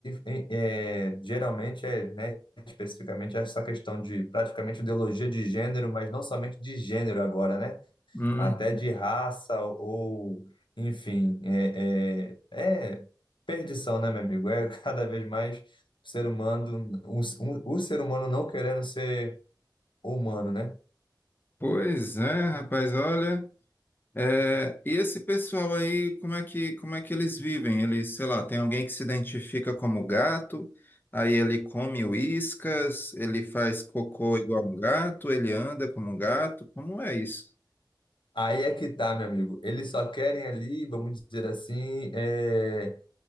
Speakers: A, on the left; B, on the left.
A: é, é, geralmente é, né, especificamente essa questão de praticamente ideologia de gênero, mas não somente de gênero agora, né?
B: hum.
A: até de raça ou, enfim, é, é, é perdição, né, meu amigo? É <laughs> cada vez mais o ser humano, o, o ser humano não querendo ser humano, né?
B: Pois é, rapaz, olha. É, e esse pessoal aí, como é que, como é que eles vivem? Eles, sei lá, tem alguém que se identifica como gato, aí ele come uíscas, ele faz cocô igual um gato, ele anda como um gato, como é isso?
A: Aí é que tá, meu amigo. Eles só querem ali, vamos dizer assim, é,